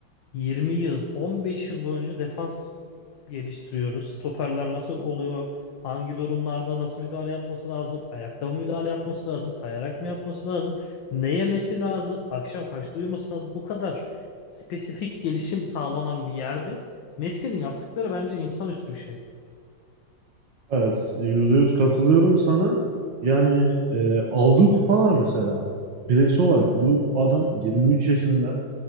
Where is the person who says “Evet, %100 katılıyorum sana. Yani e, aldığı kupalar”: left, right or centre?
Right